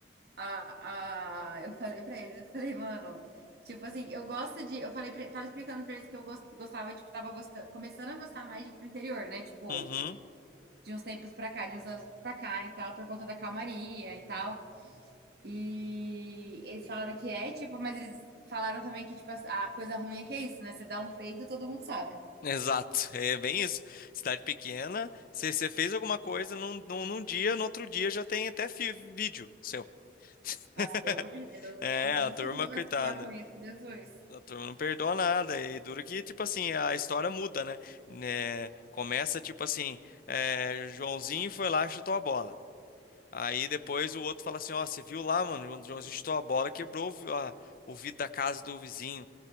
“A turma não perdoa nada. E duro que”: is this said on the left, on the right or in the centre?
Left